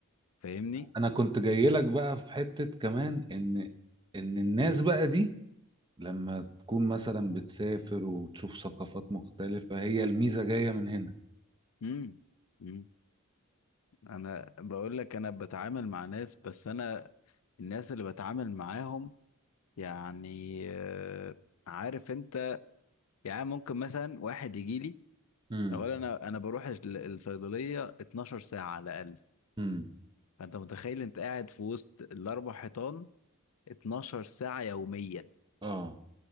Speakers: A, on the left; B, on the right.
A: فاهمني
B: انا كنت جاي لك بقى في حتة كمان ان ان الناس بقى دي لما تكون مثلا بتسافر وتشوف ثقافات مختلفة هي الميزة جاية من هنا
A: مم. مم. انا بقول لك انا بتعامل مع ناس بس انا الناس اللي بتعامل معاهم يعني آه، عارف انت يعني ممكن مثلا واحد يجي لي
B: امم
A: اولا انا انا بروح ال- الصيدليه 12 ساعه على الاقل
B: امم
A: فانت متخيل انت قاعد في وسط الاربع حيطان 12 ساعه يوميا
B: اه